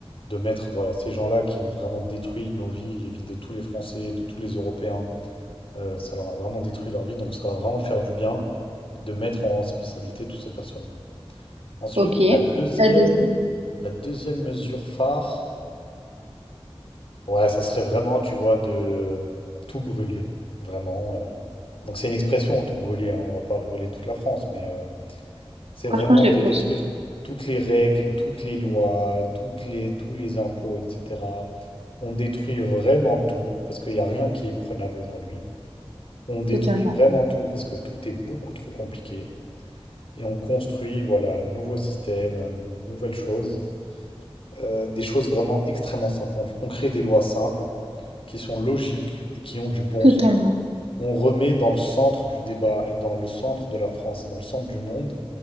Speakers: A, on the left; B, on the right.
A: de mettre, voilà, ces gens-là qui ont vraiment détruit nos vies, les vies de tous les Français, de tous les Européens Euh, ça leur a vraiment détruit leur vie, donc ça va vraiment faire du bien de mettre en responsabilité toutes ces personnes-là. Ensuite,
B: Ok.
A: la deuxième,
B: La deuxième.
A: la deuxième mesure phare, ouais, ça serait vraiment, tu vois, de tout brûler, vraiment. euh. Donc c'est une expression, tout brûler, hein, on va pas brûler toute la France, mais euh, c'est
B: Franchement,
A: vraiment
B: je l'ai
A: de
B: pris
A: détruire
B: au pressens
A: toutes les règles, toutes les lois, toutes les, tous les impôts, etc. On détruit vraiment tout, parce qu'il n'y a rien qui est prenable aujourd'hui. On détruit
B: totalement.
A: vraiment tout, parce que tout est beaucoup trop compliqué. et on construit voilà, un nouveau système, une nouvelle chose, euh, des choses vraiment extrêmement simples. On, on crée des lois simples qui sont logiques et qui ont du bon
B: Totalement.
A: sens. On remet dans le centre du débat et dans le centre de la France et dans le centre du monde